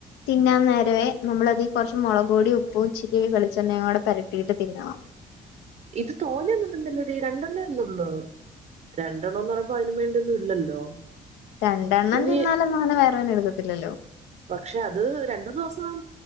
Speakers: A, on the left; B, on the right.
A: തിന്നാൻ നേരവേനമ്മളതി കുറച്ച് മുളകുപ്പൊടി ഉപ്പും ഇച്ചിരി വെളിച്ചെണ്ണയും കൂടെ പെരട്ടിയിട്ട് തിന്നണം
B: ഇത് തോനെയൊന്നും തിന്നില്ലടി രണ്ടണ്ണെ ലെ ഒള്ളു രണ്ടെണ്ണൊന്ന് പറയുമ്പോ അതിനും വേണ്ടിയൊന്നും ഇല്ലല്ലോ
A: രണ്ടെണ്ണം
B: ഇനി
A: തിന്നാലന്നും അങ്ങനെ വയറുവേദന എടുക്കത്തില്ലല്ലോ
B: പക്ഷെ അത് രണ്ടു ന്ന്ദിവസം